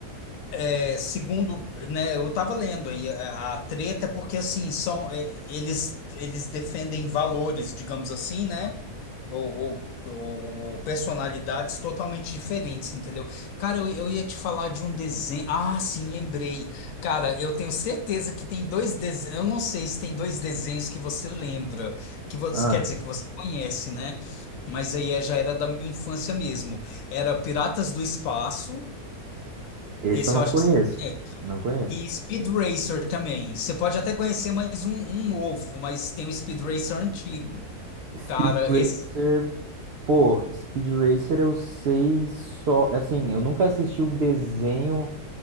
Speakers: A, on the left; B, on the right.
A: É, segundo, né, eu estava lendo aí a, a treta é porque assim são é, eles eles defendem valores, digamos assim, né? Ou, ou, ou- ou personalidades totalmente diferentes, entendeu? Cara, eu, eu ia te falar de um desenho. Ah, sim, lembrei. Cara, eu tenho certeza que tem dois desenhos. Eu não sei se tem dois desenhos que você lembra, que você
B: Ah.
A: quer dizer que você conhece, né? Mas aí é- já era da minha infância mesmo. Era Piratas do Espaço.
B: Esse
A: Esse
B: eu não
A: eu acho
B: conheço.
A: que você não
B: Não conheço.
A: e Speed Racer também. Você pode até conhecer mais um, um novo, mas tem o Speed Racer antigo.
B: Speed
A: Cara,
B: Racer,
A: esse.
B: pô, Speed Racer eu sei só. Assim, eu nunca assisti o desenho